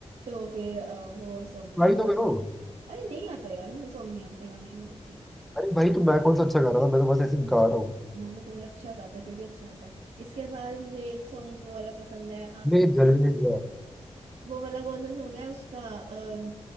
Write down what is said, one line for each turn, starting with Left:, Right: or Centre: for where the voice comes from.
Right: तो फिर अ, वो सॉन्ग
Centre: भाई
Right: एक वो
Centre: तो करो
Right: सॉन्ग अरे नहीं आता यार मुझे सॉन्ग नहीं आते गाने नहीं आते
Centre: अरे भाई तो मैं कौन सा अच्छा गा रहा था मैं तो बस ऐसे ही गा रहा हूँ
Right: ना तो तुम्हें अच्छा सा आता है फिर भी अच्छा आता है इसके बाद मुझे एक सॉन्ग वो वाला पसंद है
Centre: ले जल ले गया
Right: वो वाला कौन सा सॉन्ग है उसका अम,